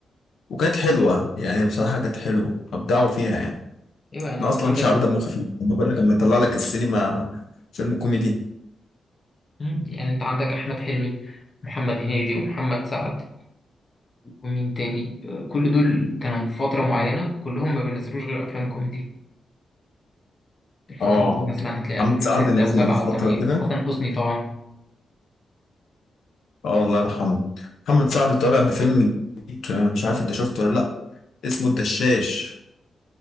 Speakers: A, on the left; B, on the left.
A: وكانت حلوة يعني بصراحة كانت حلوة أبدعوا فيها يعني
B: ايوه يعني
A: احنا
B: انت
A: أصلا
B: عندك
A: شعب دمه خفيف وما بالك لما يطلع لك السينما فيلم كوميدي
B: مم. يعني انت عندك احمد حلمي محمد هنيدي ومحمد سعد ومين تاني آه، كل دول كانوا في فتره معينه كلهم ما بينزلوش غير افلام كوميدي الفتره
A: اه
B: دي مثلا هتلاقي
A: محمد
B: 2006
A: سعد نزل
B: و7
A: فترة
B: و8
A: كده
B: وحسن حسني طبعا
A: اه الله يرحمه محمد سعد طالع بفيلم جديد آه، مش عارف انت شفته ولا لأ اسمه الدشاش